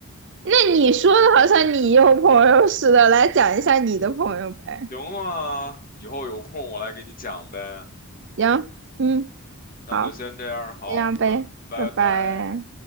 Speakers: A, on the right; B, on the left.
A: 那你说的好像你有朋友似的，来讲一下你的朋友呗。
B: 行啊，以后有空我来给你讲呗。
A: 行，嗯，
B: 那就先这样，
A: 好，
B: 好，
A: 这样呗，
B: 拜拜拜。
A: 拜拜。